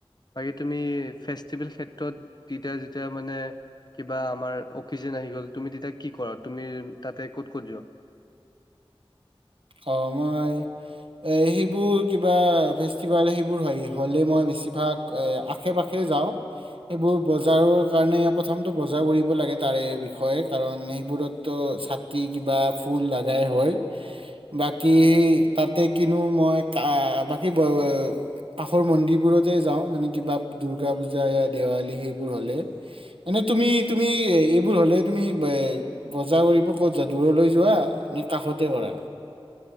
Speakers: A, on the left; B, on the right.
A: বাকী তুমি ফেষ্টিভেল ক্ষেত্ৰত তেতিয়া যেতিয়া মানে বা আমাৰ অফিচন আহি গ'ল তুমি তেতিয়া কি কৰা তুমি তাতে ক'ত ক'ত যোৱা
B: অঁ, মই এ সেইবোৰ কিবা ফেষ্টিভেল সেইবোৰ হয় হ'লে মই বেছিভাগ এ আশে পাশে যাওঁ, সেইবোৰ বজাৰৰ কাৰণে প্ৰথমটো বজাৰ কৰিব লাগে তাৰে বিষয়ে কাৰণ সেইবোৰতটো ছাতি কিবা ফুল লাগাই হয়। বাকী তাতে কিনো মই ক বাকী কাষৰ মন্দিৰবোৰতে যাওঁ মানে কিবা দূৰ্গা পুজা দেৱালী সেইবোৰ হ'লে এনে তুমি তুমি এইবোৰ হ'লে তুমি বজাৰ কৰিব ক'ত যোৱা দূৰলৈ যোৱা নে কাষতে কৰা